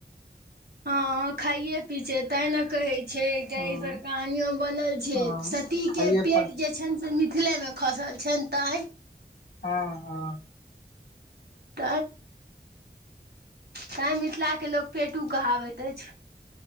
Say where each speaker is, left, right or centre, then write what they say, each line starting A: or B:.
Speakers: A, on the right; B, on the left.
A: हँ खाइे पी छ तें न कहे छै छै त
B: हँ
A: ई पर कहानियो बनल छै
B: हँ
A: सती
B: खाइये
A: के पेट
B: पर
A: जे छनि जे मिथिलेमे खसैल छनि तैँ
B: हाँ हाँ
A: त ता मिथिला के लोक पेटू कहाबैत अछि